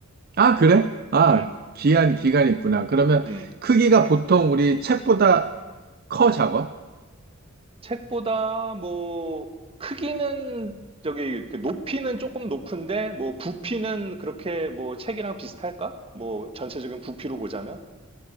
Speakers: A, on the right (about 45°); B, on the right (about 25°).
A: 아, 그래? 아,
B: 음,
A: 기한 기간이 있구나. 그러면
B: 음.
A: 크기가 보통 우리 책보다 커 작아?
B: 책보다 뭐, 크기는, 저기, 이렇게 높이는 조금 높은데, 뭐, 부피는 그렇게 뭐, 책이랑 비슷할까? 뭐, 전체적인 부피로 보자면?